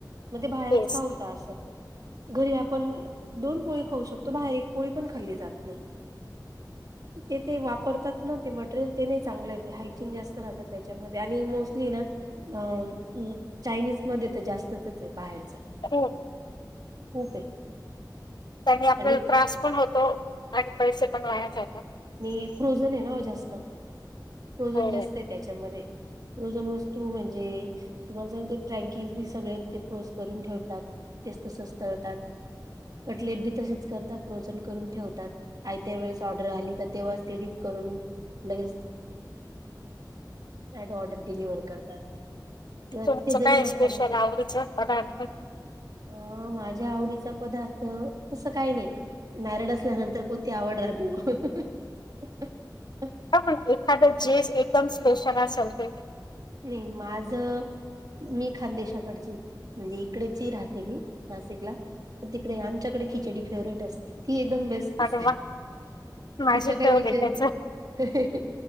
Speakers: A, on the right; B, on the left.
A: मग ते बाहेरच
B: तेच
A: का होता असं? घरी आपण दोन पोळी खाऊ शकतो, बाहेर एक पोळी पण खाल्ली जात नाही. <inaudible> ते ते वापरतात ना ते मटेरियल ते नाही चांगलं, ते हायजीन जास्त राहतात त्याच्यामध्ये आणि मोस् ली ना, अ चायनीज मध्ये तर जास्तचच आहे बाहेरचं.
B: हो
A: खूप आहे.
B: त्यानी आपल्याला
A: आणि
B: त्रास पण होतो आणि पैसे पण वाया जातात.
A: आणि फ्रोझन आहे ना हो जास्त, फ्रोझन
B: हो
A: जास्त आहे त्याच्यामध्ये. फ्रोजन वस्तू म्हणजे, तुम्हाला सांगते फ्रँकीज बी सगळे ते फ्रोज करून ठेवतात. तेच तसच तळतात. कटलेट बी तसेच करतात फ्रोजन करून ठेवतात, आयत्या वेळेस ऑर्डर आली तर तेव्हा तेच डीप करून लगेच <unintelligible> ऑर्डर डिलिव्हर करतात. किंवा
B: तुमचं
A: तिथे जरी
B: काय आहे
A: म्हटलं
B: स्पेशल
A: ना तर,
B: आवडीच पदार्थ?
A: अ माझ्या आवडीच ता पदार्थ तसं काही नाही, नारड असल्या नंतर कोणती आवड राहते. <unintelligible>
B: हा पण एखादं जेस एकदम स्पेशल असंल ते.
A: नी माझं, मी खानदेशाकडची. म्हणजे इकडची राहते मी, नाशिकला. पणं तिकडे आमच्याकडे खिचडी फेवरीट असते. ती एकदम बेस्ट दिसते,
B: अरे वा माझी
A: तिचा काय
B: फेवरेटच
A: विचार हिं, हिं हिं,